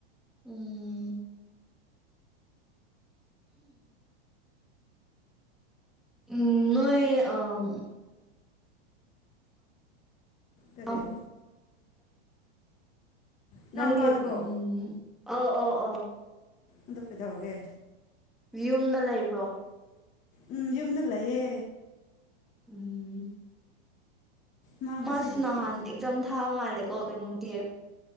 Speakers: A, in the centre; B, on the left (about 25°).
A: ꯎꯝ ꯎꯝ ꯅꯣꯏ ꯑ <inaudible>
B: ꯀꯔꯤ
A: ꯎꯝ
B: ꯏꯅꯥꯎꯅꯨꯄꯥꯗꯨꯔꯣ
A: ꯅꯪꯒꯤ ꯎꯝ ꯑꯣ ꯑꯣ ꯑꯣ
B: ꯑꯗꯨ ꯀꯩꯗꯧꯔꯒꯦ
A: ꯌꯨꯝꯗ ꯂꯩꯕ꯭ꯔꯣ
B: ꯎꯝ ꯌꯨꯝꯗ ꯂꯩꯌꯦ
A: ꯎꯝ
B: ꯃꯥ ꯉꯁꯤ
A: ꯃꯁ
B: ꯗ꯭ꯌꯨꯇꯤ
A: ꯅꯍꯥꯟ ꯑꯦꯖꯝ ꯊꯥꯕ ꯃꯥꯂꯦꯀꯣ ꯀꯩꯅꯣꯒꯤ